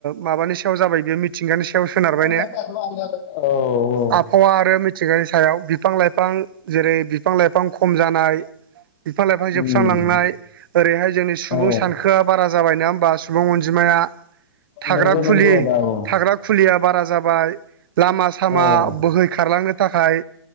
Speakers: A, on the right (about 60°); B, on the left (about 35°).
A: माबानि सायाव जाबाय बेयो मिथिंगानि सायाव सोनारबाय
B: औ
A: ने?
B: औ
A: आबहावा आरो मिथिंगानि सायाव बिफां- लाइफां जेरै बिफां- लाइफां खम जानाय बिफां लाइफां-
B: उम
A: जोबस्रांलांनाय ओरैहाय जोंनि सुबुं
B: औ
A: सानखोआ बारा जाबाय ना होमबा? सुबुं अनजिमाया। थाग्रा
B: नंगौ
A: खुलि,
B: नंगौ आदा औ
A: थाग्रा खुलिया बारा जाबाय लामा -सामा
B: औ
A: बोहैखारारलांनो थाखाय